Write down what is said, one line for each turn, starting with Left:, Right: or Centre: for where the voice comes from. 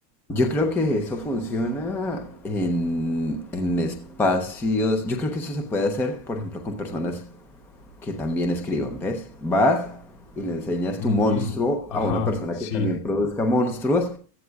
Centre: Yo creo que eso funciona en, en espacios. Yo creo que eso se puede hacer, por ejemplo, con personas que también escriban, ¿ves? Vas y le enseñas
Left: Ujú,
Centre: tu monstruo
Left: Ajá,
Centre: a una persona
Left: sí,
Centre: que también produzca monstruos